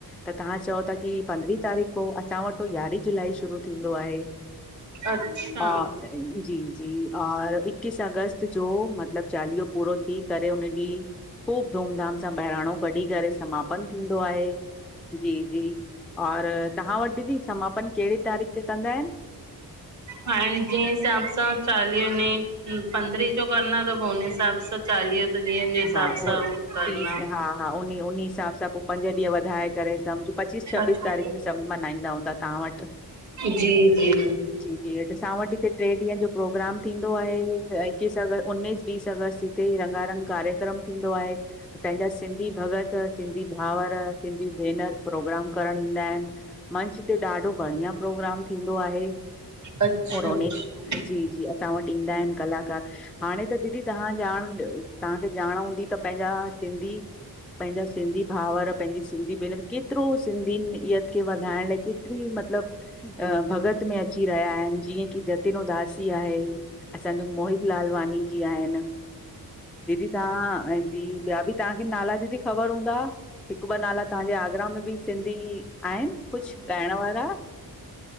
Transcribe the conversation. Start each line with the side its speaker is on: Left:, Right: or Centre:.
Centre: त तव्हां चओ था की पंदरहीं तारीख़ कउं असां वटि तो यारहीं जुलाई शुरू थींदो आहे।
Right: अच्छा
Centre: हा, जी जी। और इक्कीस अगस्त जो मतलब‌ चालीहो पूरो थी करे उन ॾींहुं ख़ूब धूम-धाम सां बहराणो कढी करे समापन थींदो आहे। जी-जी और तव्हां वट दीदी समापन कहिड़ी तारीख़ ते कंदा आहिन?
Right: हाणे जंहिं हिसाब सां चालीहे में पंद्रहीं जो कंदा त हुन हिसाब सां चालीहे ॾींहंनि जे हिसाब
Centre: हा, उहो
Right: सां हू करणा।
Centre: तीस हा, हा उन ई उन ई हिसाब सां पोइ पंज ॾींहं वधाए करे सम्झ पचीस छबीस
Right: अच्छा
Centre: तारीख़ मे सब मनहाईंदा हूंदा तव्हां वटि।
Right: जी जी।
Centre: जी जी असांवटि हिते टे ॾीहंनि जो प्रोग्राम थींदो आहे ऐं इक्कीस अगस्त, उन्नीस बीस अगस्त हिते रंगारंग कार्यक्रम थींदो आहे। पंहिंजा सिंधी भॻत सिंधी भाउर सिंधी भेनर प्रोग्राम करण ईंदा आहिन। मंच ते ॾाढो बढ़िया प्रोग्राम थींदो आहे।
Right: अच्छा
Centre: औरो
Right: अच्छा
Centre: जी जी असां वट ईंदा आहिन कलाकार -- हाणे त दीदी तव्हां ॼाण तव्हांखे ॼाण हूंदी त पंहिंजा सिंधी -- पंहिंजा सिंधी भाउर पंहिंजी सिंधी भेनर केतिरो सिंधियुनिनियत खे वधाइण लाइ केतिरी मतलब -- मतलब भॻत में अची रहिया आहिन जीअं कि जतिन उदासी आहे। असांजो मोहित लालवानी जी आहिन दीदी तव्हां -- जी ॿिया बि तव्हांखे नाला दीदी ख़बर हूंदा हिकु ॿ नाला तव्हांजे आगरा में बि सिंधी -- आहिन कुझ ॻाइण वारा।